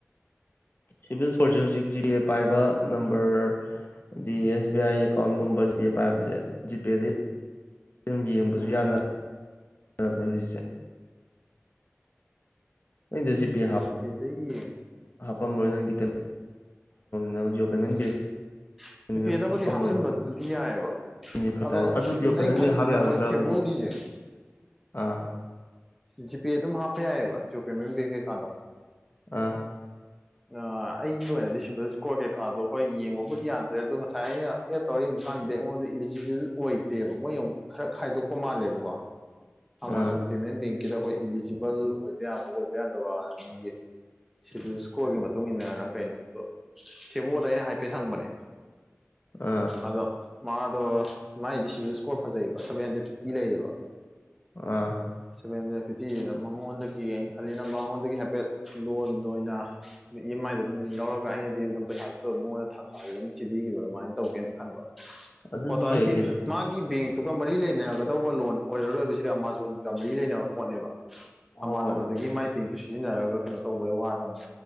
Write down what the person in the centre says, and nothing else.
ꯎꯝ
ꯖꯤ ꯄꯦ ꯗꯩ ꯌꯦꯡ
<unintelligible>
ꯖꯤ ꯄꯦ ꯗꯕꯨꯗꯤ
ꯍꯥꯞꯆꯤꯟꯕꯗꯨꯗꯤ ꯌꯥꯏꯑꯦꯕ
ꯑꯗꯣ
ꯑꯩꯅ
ꯈꯜꯂꯤꯁꯤꯅ
ꯍꯣꯏ ꯊꯦꯕꯣꯒꯤꯁꯦ
<unintelligible>
ꯖꯤꯄꯦ ꯑꯗꯨꯝ ꯍꯥꯞꯄ ꯌꯥꯏꯑꯦꯕ ꯖꯤ ꯑꯣ ꯄꯦꯃꯦꯟ ꯕꯦꯡ ꯀꯩꯀꯥꯗꯣ
ꯑꯗ ꯑꯩꯒꯤ ꯑꯣꯏꯅꯗꯤ ꯁꯤꯚꯤꯜ ꯏꯁꯀꯣꯔ ꯀꯩꯀꯥꯗꯣ ꯍꯣꯢ ꯌꯦꯡꯕꯕꯨꯗꯤ ꯌꯥꯗ꯭ꯔꯦ ꯑꯗꯣ ꯉꯁꯥꯏ ꯑꯩꯅ ꯑꯦ ꯇꯧꯔ ꯌꯦꯡꯕ ꯀꯥꯟꯗꯗꯤ ꯑꯩꯉꯣꯟꯗ ꯏꯂꯤꯖꯤꯕꯜ ꯑꯣꯏꯗꯦꯕ ꯃꯣꯏ ꯑꯃꯨꯛ ꯈꯔ ꯈꯥꯏꯗꯣꯛꯄ ꯃꯥꯜꯂꯦꯕꯀꯣ ꯑꯥꯃꯥꯖꯣꯟ
ꯄꯦꯃꯦꯟ ꯕꯦꯡ ꯀꯗ ꯑꯩ꯭ꯈꯣꯏ ꯏꯂꯤꯖꯤꯕꯜ ꯑꯣꯏꯕ ꯌꯥꯕ ꯑꯣꯏꯕ ꯌꯥꯗꯕꯅ ꯃꯣꯏꯒꯤ ꯁꯤꯚꯤꯜ ꯏꯁꯀꯣꯔꯒꯤ ꯃꯇꯨꯡ ꯏꯟꯅꯔ ꯀꯩꯅꯣ ꯑꯗꯣ ꯊꯦꯕꯣꯗ ꯑꯩꯅ ꯍꯥꯏꯐꯦꯠ ꯍꯪꯕꯅꯦ
ꯑꯗꯣ ꯃꯥꯗꯣ ꯃꯥꯒꯤꯗꯤ ꯁꯤꯚꯤꯜ ꯁ꯭ꯀꯣꯔ ꯐꯖꯩꯑꯕ ꯁꯕꯦꯟ ꯍꯟꯗ꯭ꯔꯦꯠ ꯐꯤꯞꯇꯤ ꯂꯩꯌꯦꯕ
ꯁꯚꯦꯟ ꯍꯟꯗ꯭ꯔꯦꯗ ꯐꯤꯞꯇꯤ ꯃꯉꯣꯟꯗꯒꯤ ꯑꯩꯅ ꯈꯜꯂꯤꯅ ꯃꯉꯣꯟꯗꯒꯤ ꯍꯥꯏꯐꯦꯠ ꯂꯣꯟꯗ ꯑꯣꯏꯅ ꯏ ꯃꯥꯏ ꯑꯗꯨꯝ ꯂꯧꯔꯒ ꯑꯩꯅꯗꯤ ꯑꯗꯨꯝ ꯄꯩꯁꯥꯗꯨ ꯃꯉꯣꯟꯗ ꯊꯥ ꯊꯥ ꯒꯤ ꯊꯤꯕꯤꯈꯤꯕ ꯑꯗꯨꯃꯥꯏꯅ ꯇꯧꯒꯦꯅ ꯈꯟꯕ
ꯑꯣ ꯇ ꯍꯥꯏꯗꯤ
ꯃꯥꯒꯤ ꯕꯦꯡꯇꯨꯒ ꯃꯔꯤ ꯂꯩꯅꯒꯗꯧꯕ ꯂꯣꯟ ꯑꯣꯏꯔꯔꯣꯏꯕꯁꯤꯗꯤ ꯑꯃꯥꯖꯣꯟꯒ ꯃꯔꯤ ꯂꯩꯅꯕ ꯄꯣꯠꯅꯦꯕ
ꯑꯃꯥꯖꯣꯟꯗꯒꯤ
ꯃꯥꯏ ꯕꯦꯡ ꯑꯗꯨ ꯁꯤꯖꯤꯟꯅꯔꯒ ꯀꯩꯅꯣ ꯇꯧꯕꯩ ꯋꯥ ꯇꯅꯦ